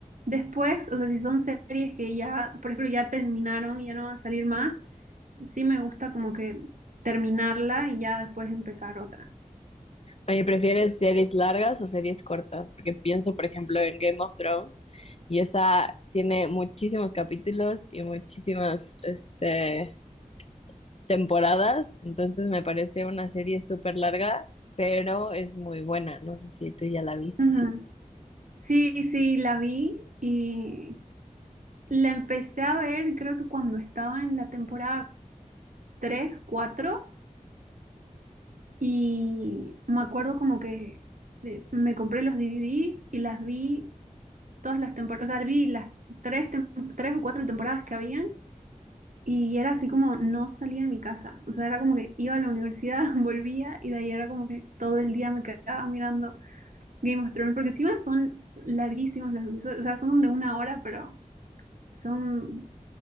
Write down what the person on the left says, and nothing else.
oye, ¿prefieres series largas o series cortas? Porque pienso, por ejemplo, en Game of Thrones y esa tiene muchísimos capítulos y muchísimas, este, temporadas, entonces me parece una serie súper larga, pero es muy buena. No sé si tú ya la viste.